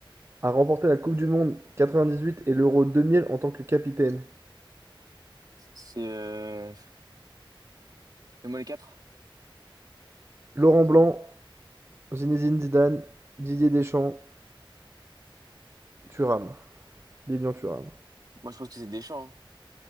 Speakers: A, on the right (about 30°); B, on the right (about 45°).
A: a remporté la Coupe du Monde 98 et l'Euro 2000 en tant que capitaine?
B: C'est. Euh... Donne-moi les quatre.
A: Laurent Blanc, Zinedine Zidane, Didier Deschamps, Thuram. Lilian Thuram.
B: Moi, je pense que c'est Deschamps. hein.